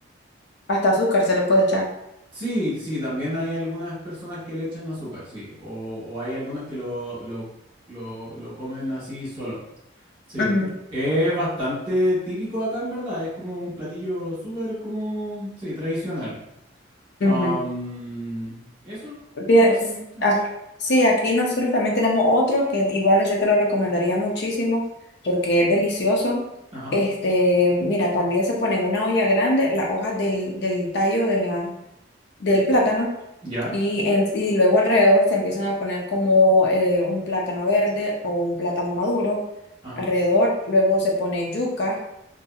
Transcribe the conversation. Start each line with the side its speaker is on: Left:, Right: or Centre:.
Left: Hasta azúcar se le puede echar.
Right: sí, sí, también hay algunas personas que le echan azúcar, sí. O, o hay algunos que lo, lo, lo, lo comen así solo. Sí,
Left: Ujú,
Right: es bastante típico acá en verdad, es como un platillo súper como, sí, tradicional.
Left: ujú.
Right: Am, eso,
Left: Bien,
Right: básicamente.
Left: ac- sí, aquí nosotros también tenemos otro que igual yo te lo recomendaría muchísimo porque es delicioso.
Right: Ajá,
Left: Este, mira, también se pone en una olla grande las hojas del, del tallo de la, del plátano
Right: ya,
Left: y, en- y luego alrededor se empiezan a poner como eh, un plátano verde o un plátano maduro.
Right: ajá.
Left: Alrededor luego se pone yuca